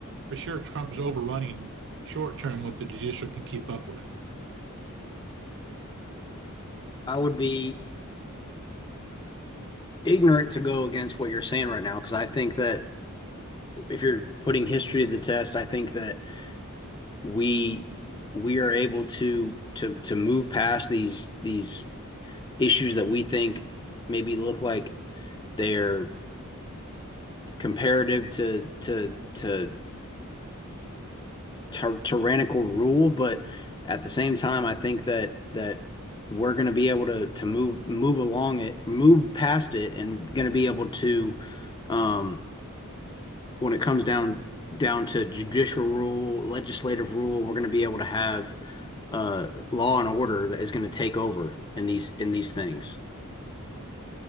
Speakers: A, on the right; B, on the left.
A: for sure, Trump is overrunning short term what the judicial can keep up with.
B: I would be ignorant to go against what you're saying right now because I think that if you're putting history to the test, I think that we we are able to to to move past these these issues that we think maybe look like they're comparative to to to ty- tyrannical rule, but at the same time, I think that that we're going to be able to to move move along it, move past it, and going to be able to um when it comes down down to judicial rule, legislative rule, we're going to be able to have uh, law and order that is going to take over in these in these things.